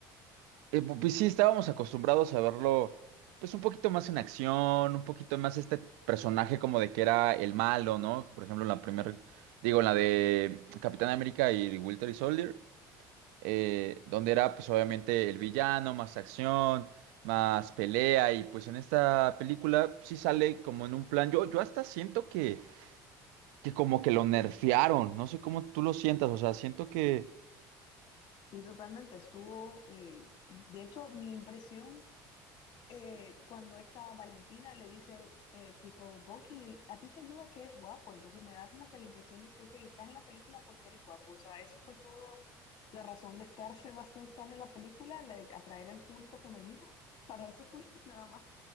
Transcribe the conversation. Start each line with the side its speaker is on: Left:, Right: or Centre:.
Right: Eh, pu- pues sí, estábamos acostumbrados a verlo, pues un poquito más en acción, un poquito más este personaje como de que era el malo, ¿no? Por ejemplo, en la primera, digo, en la de Capitán América y Winter Soldier, eh, donde era pues obviamente el villano, más acción, más pelea, y pues en esta película sí sale como en un plan, yo, yo hasta siento que, que como que lo nerfearon, no sé cómo tú lo sientas, o sea, siento que
Left: Sí, totalmente. Estuvo, eh, de hecho, mi impresión eh, cuando esta Valentina le dice, eh, tipo, Bucky, a ti te ayuda que eres guapo. Entonces me da como que la impresión de que, ok, estás en la película porque eres guapo. O sea, eso fue todo la razón de estar Sebastián Stan en la película, la de atraer al público femenino. Para eso fuiste <laughs> nada más.